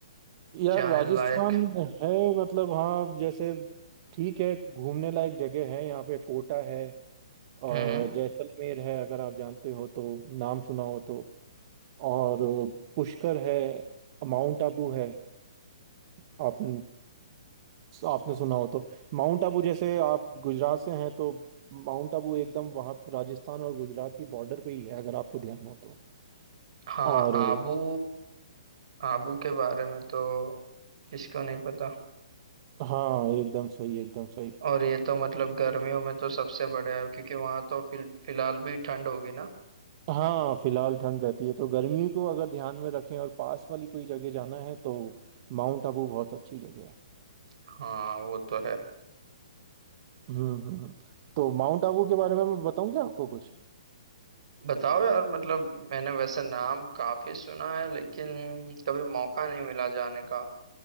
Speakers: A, on the right (about 40°); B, on the right (about 60°).
A: यार
B: जाने
A: राजस्थान
B: लायक
A: है मतलब हाँ जैसे ठीक है घूमने लायक जगह है यहाँ पे कोटा है
B: हम्म
A: और जैसलमेर है अगर आप जानते हो तो नाम सुना हो तो और पुष्कर है माउंट आबू है आप आपने सुना हो तो माउंट आबू जैसे आप गुजरात से हैं तो माउंट आबू एकदम वहाँ राजस्थान और गुजरात की बॉर्डर पे ही है अगर आपको ध्यान हो तो
B: हाँ
A: और
B: आबू आबू के बारे में तो किसको नहीं पता
A: हाँ एकदम सही एकदम सही
B: और ये तो मतलब गर्मियों में तो सबसे बढ़िया है क्योंकि वहाँ तो फिल, फिलहाल भी ठंड होगी ना
A: हाँ फिलहाल ठंड रहती है तो गर्मी को अगर ध्यान में रखें और पास वाली कोई जगह जाना है तो माउंट आबू बहुत अच्छी जगह है
B: हाँ वो तो है
A: हम्म हम्म हम्म। तो माउंट आबू के बारे में मैं बताऊं क्या आपको कुछ
B: बताओ यार मतलब मैंने वैसे नाम काफी सुना है लेकिन कभी मौका नहीं मिला जाने का